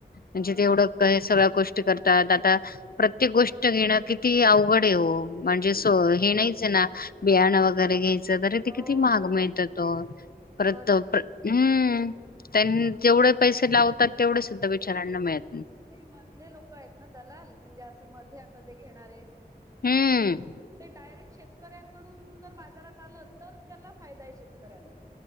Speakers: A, on the right (about 20°); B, on the left (about 65°).
A: हो
B: म्हणजे तेवढं
A: ना
B: सगळ्या गोष्टी करतात आता प्रत्येक गोष्ट
A: हो
B: घेणं किती अवघड आहे हो म्हणजे हे नाहीच आहे ना. बियाण वगैरे घे त ते
A: हो
B: किती महाग
A: ना
B: मिळतात हो, परत
A: हो ना
B: हम. त्यानी जेवढे पैसे लावतात. तेवढे सुद्धा बिचारांना मिळत नाही.
A: मधले लोक आहेत ना दलाल म्हणजे अस. मध्ये आता जे घेणा -णारे.
B: हम्म
A: त्याच्या ते डायरेक्ट शेत कऱ्यांकडून जर बाजारात आलं तर त्याला फायदा आहे शेतकऱ्यांना.